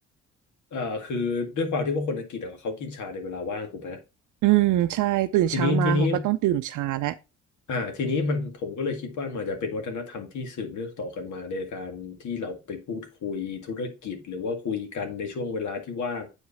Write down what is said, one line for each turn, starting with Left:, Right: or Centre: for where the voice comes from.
Left: เอ่อคือด้วยความที่ว่าคนอังกฤษอะเขากินชาในเวลาว่างถูกไหม
Right: อืมใช่ตื่นเช้ามาเขาก็ต้องดื่มชาแล้ว
Left: ทีนี้ทีนี้ อ่าทีนี้มันผมก็เลยคิดว่ามันจะเป็นวัฒนธรรมที่สืบเนื่องต่อกันมาในการที่เราไปพูดคุยธุรกิจหรือว่าคุยกันในช่วงเวลาที่ว่าง